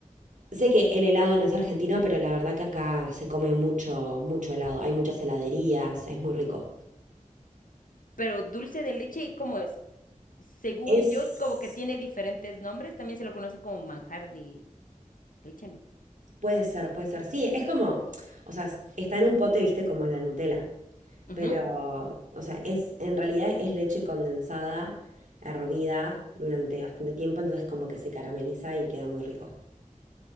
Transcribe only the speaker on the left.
Pero dulce de leche, ¿cómo es? Según
yo, como que tiene diferentes nombres. También se lo conoce como manjar de leche, ¿no?
Ujú.